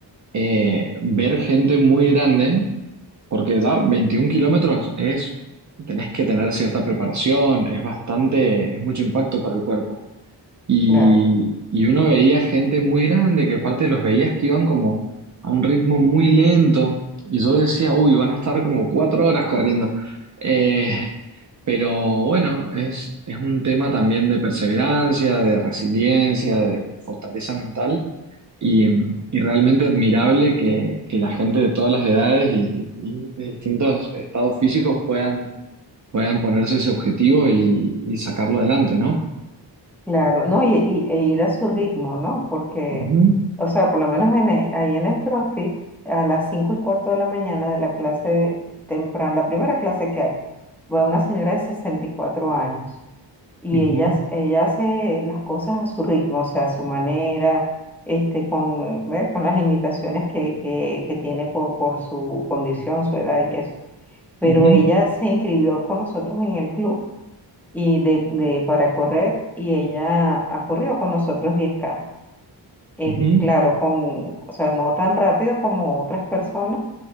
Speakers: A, on the right; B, in the centre.
A: eh, ver gente muy grande, porque ya 21 kilómetros es, tenés que tener cierta preparación, es bastante, es mucho impacto para el cuerpo. Y,
B: claro,
A: y uno veía gente muy grande que aparte los veías que iban como a un ritmo muy lento. Y yo decía, uy, van a estar como cuatro horas corriendo. Eh, pero bueno, es, es un tema también de perseverancia, de resiliencia, de, de fortaleza mental. Y, y realmente admirable que, que la gente de todas las edades y, y- y de distintos estados físicos puedan, puedan ponerse ese objetivo y, y sacarlo adelante, ¿no?
B: claro. No, y, y- e ir a su ritmo, ¿no? Porque,
A: Ujú,
B: o sea, por lo menos en, e- ahí en el CrossFit, a las cinco y cuarto de la mañana de la clase temprana, la primera clase que hay, va una señora de 64 años. Y
A: ujú.
B: ella, ella hace las cosas a su ritmo, o sea, a su manera, este, con, ¿ve? con las limitaciones que, que, que tiene por, por su condición, su edad y eso. Pero
A: Ujú,
B: ella se inscribió con nosotros en el club y de, de, para correr y ella ha corrido con nosotros diez k Eh,
A: ujú.
B: claro, con, o sea, no tan rápido como otras personas,